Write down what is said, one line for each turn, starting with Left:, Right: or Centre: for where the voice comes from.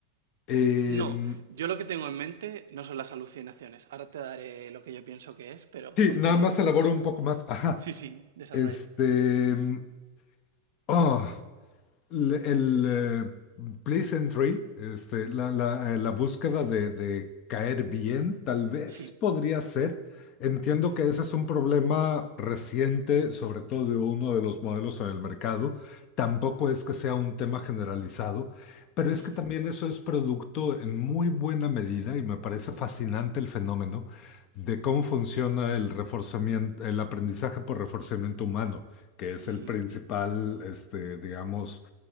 Left: Em,
Right: No, yo lo que tengo en mente no son las alucinaciones. Ahora te daré lo que yo pienso que es, pero
Left: Sí,
Right: continúa.
Left: nada más elaboro un poco más. Ajá.
Right: Sí, sí, desarrolla.
Left: Este. mm, ah, el, el, eh, pleasantry, este, la, la, eh, la búsqueda de, de caer bien, tal vez
Right: Sí,
Left: podría ser. Entiendo
Right: sí.
Left: que ese es un problema reciente, sobre todo de uno de los modelos en el mercado. Tampoco es que sea un tema generalizado, pero es
Right: ujú,
Left: que también eso es producto en muy buena medida y me parece fascinante el fenómeno de cómo funciona el reforzamiento, el aprendizaje por reforzamiento humano, que es
Right: ujú,
Left: el principal, este, digamos,